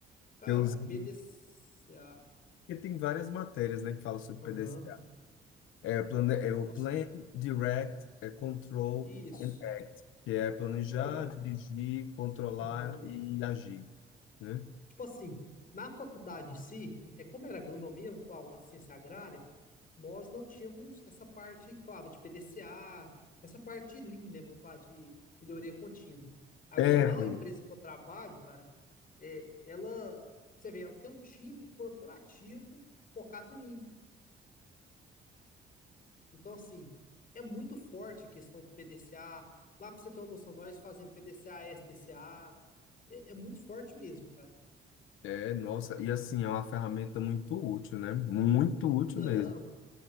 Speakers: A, on the left; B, on the left.
A: Cara,
B: Eu usei...
A: PDCA.
B: Porque tem várias matérias, né, que falam sobre
A: Aham.
B: PDCA. É, plan... é o
A: Nossa,
B: Plan, Direct, é Control.
A: isso.
B: que é planejar,
A: Ou,
B: dirigir, controlar
A: aham.
B: e agir, né?
A: Tipo assim, na faculdade em si, é como era agronomia, vamos falar uma ciência agrária. nós não tínhamos essa parte que falava de PDCA, essa parte de Lean, né? Vamos falar de melhoria contínua. Agora,
B: É,
A: na
B: pô.
A: empresa que eu trabalho, cara, é, ela, você vê, ela tem um time corporativo focado em Lean. Então, assim, é muito forte a questão do PDCA. Lá, para você ter uma noção, nós fazemos PDCA, SDCA. É, é muito forte mesmo, cara.
B: é, nossa, e assim, é uma ferramenta muito útil, né? Muito útil
A: Não,
B: mesmo.